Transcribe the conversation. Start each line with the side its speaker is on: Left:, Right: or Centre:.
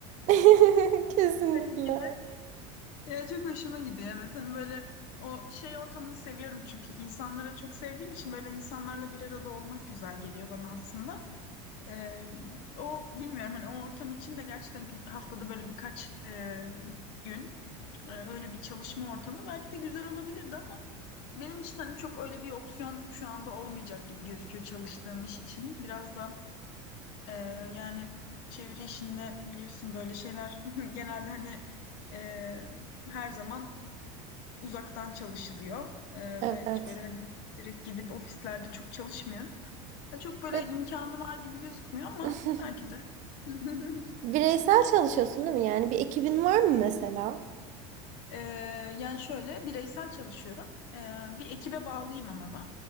Right: <laughs> Kesinlikle.
Left: <laughs> hani gibi. Ya çok hoşuma gidiyor evet hani böyle o şey ortamını seviyorum çünkü insanları çok sevdiğim için böyle insanlarla bir arada olmak güzel geliyor bana aslında. Ee, o bilmiyorum hani o ortam için de gerçekten gün- haftada böyle birkaç e, gün e, öyle bir çalışma ortamı belki de güzel olabilirdi ama benim için hani çok öyle bir opsiyon şu anda olmayacak gibi gözüküyor çalıştığım iş için. Biraz da e, yani çeviri işinde biliyorsun böyle şeyler <laughs> genelde hani e, her zaman uzaktan çalışılıyor Ee,
Right: Evet.
Left: ve hiç böyle hani direkt gidip ofislerde çok çalışmıyoruz. Ya çok böyle
Right: Ve
Left: imkanı var gibi gözükmüyor ama
Right: <laughs>
Left: belki de. <laughs>
Right: bireysel çalışıyorsun değil mi? Yani bir ekibin var mı mesela?
Left: Ee, yani şöyle bireysel çalışıyorum. Ee, bir ekibe bağlıyım ama ben.